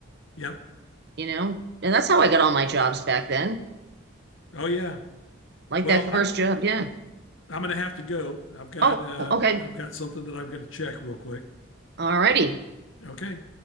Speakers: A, on the left (about 75°); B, on the right (about 55°).
A: Yep.
B: you know? And that's how I got all my jobs back then.
A: Oh yeah.
B: Like
A: Well,
B: that
A: I
B: first job. Yeah.
A: I'm going to have to go. I've got
B: Oh,
A: uh
B: okay.
A: I've got something that I've got to check real quick.
B: All righty.
A: Okay.